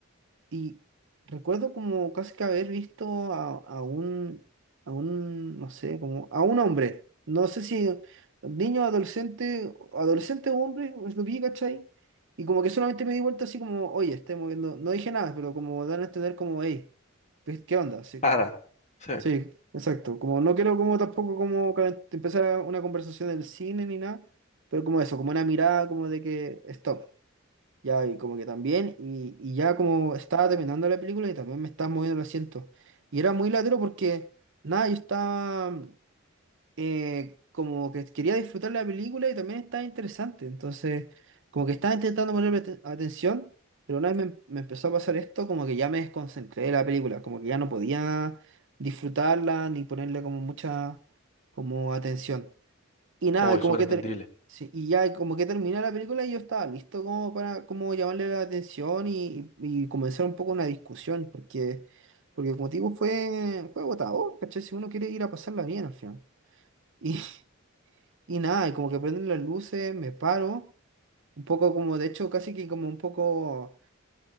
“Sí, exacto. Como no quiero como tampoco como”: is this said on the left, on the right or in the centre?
Right